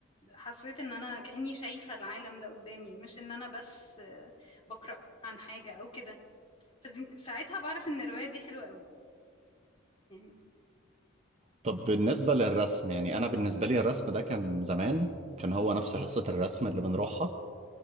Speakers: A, on the left (about 25°); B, on the right (about 30°).
A: حسيت إن أنا كأني شايفة العالم ده قدامي مش إن أنا بس آه، بقرأ عن حاجة أو كده فدي- ساعتها بعرف ان الرواية دي حلوة قوي يعني
B: طب بالنسبة للرسم يعني أنا بالنسبة لي الرسم ده كان زمان كان هو نفس حصة الرسم اللي بنروحها